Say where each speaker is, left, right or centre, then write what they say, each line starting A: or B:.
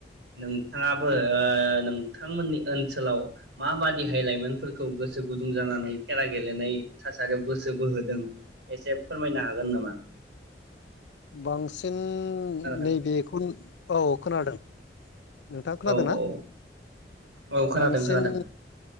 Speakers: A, on the right; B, on the left.
A: नोंथाङाबो ओ नोंथांमोननि ओनसोलाव माबादिहाय लाइमोनफोरखौ गोसो गुदुं जानानै खेला गेलेनाय थासारियाव गोसो बोहोदों एसे फोरमायनो हागोन नामा?
B: बांसिन <unintelligible>
A: खोनादों
B: नैबेखुन औ खोनादों नोंथां खोनादों
A: औ
B: ना?
A: औ औ खोनादों
B: बांसिन
A: खोनादों